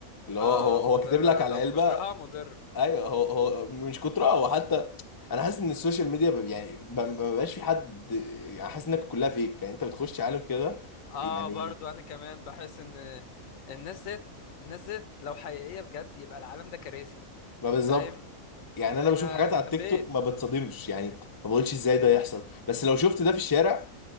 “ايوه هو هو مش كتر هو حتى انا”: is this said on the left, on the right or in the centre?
Left